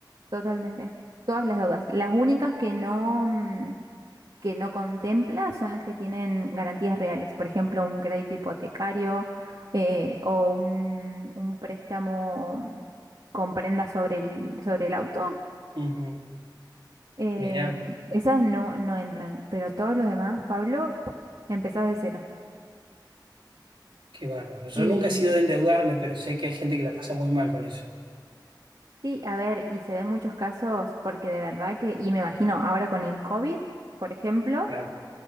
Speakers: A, on the right; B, on the right.
A: totalmente. Todas las deudas. Las únicas que no, mm, que no contempla son las que tienen garantías reales, por ejemplo, un crédito hipotecario eh, o un, un préstamo mm, con prenda sobre el, sobre el auto.
B: Ujú,
A: em,
B: Mira,
A: esas no, no entran, pero todos los demás, Pablo, empezás de cero.
B: qué bárbaro. Yo
A: Y
B: nunca he sido de endeudarme, pero sé que hay gente que la pasa muy mal con eso.
A: sí, a ver, y se ven muchos casos porque de verdad que, y me imagino ahora con el COVID, por ejemplo,
B: Claro.